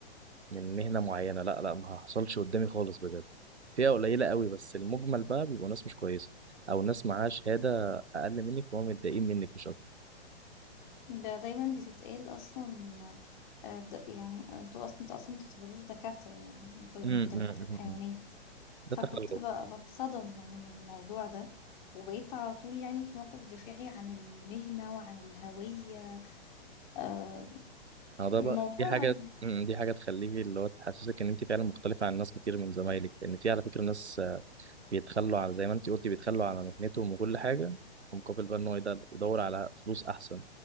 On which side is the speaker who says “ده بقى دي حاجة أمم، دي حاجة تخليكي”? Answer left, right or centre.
Right